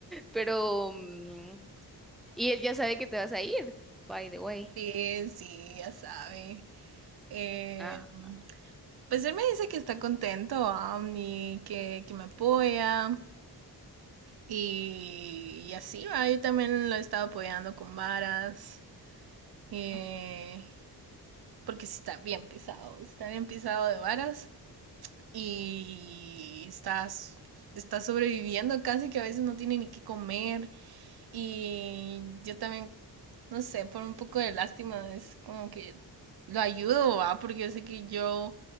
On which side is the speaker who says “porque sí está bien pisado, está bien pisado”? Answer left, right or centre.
Right